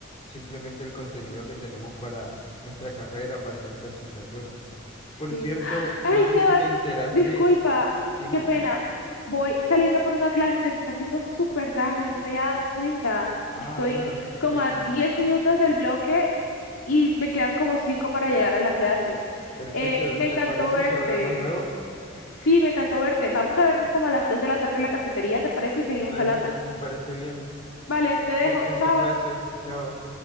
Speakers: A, on the left; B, on the left.
A: simplemente el contenido que tenemos para nuestra carrera, para nuestra asignatura. Por
B: Sí.
A: cierto,
B: Ay,
A: no sé
B: Sebas,
A: si te enteraste,
B: disculpa,
A: dime.
B: qué pena. Voy saliendo por una clase, se me está haciendo súper tarde, no me había dado cuenta.
A: Ah,
B: Estoy
A: bueno,
B: como
A: no hay...
B: a 10 minutos del bloque y me quedan como 5 para llegar a la clase.
A: perfecto.
B: Eh, me
A: ¿Te
B: encantó
A: parece
B: verte.
A: si hablamos luego?
B: Sí, me encantó verte. Vamos a vernos como a las 2 de la tarde en la cafetería, ¿te parece? Y seguimos
A: Vale,
B: hablando.
A: me parece bien.
B: Vale, te dejo.
A: Suerte en
B: Chao.
A: tu clase. Chao.